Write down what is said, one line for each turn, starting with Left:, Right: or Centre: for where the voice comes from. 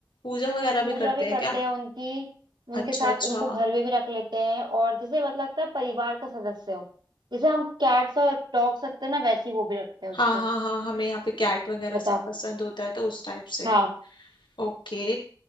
Left: पूजा वगैरह
Right: पूजा
Left: भी करते
Right: भी करते
Left: हैं क्या
Right: हैं उनकी उनके
Left: अच्छा
Right: साथ
Left: अच्छा
Right: उनको घर में भी रख लेते हैं और जैसे मतलब लगता है परिवार का सदस्य हो जैसे हम कैट्स और डॉग्स रखते हैं ना वैसे ही वो भी रखते हैं उसको
Left: हाँ हाँ हाँ हमें यहाँ पे कैट वगैरह
Right: बताओ
Left: सब पसंद होता है तो उस टाइप से
Right: हाँ
Left: ओके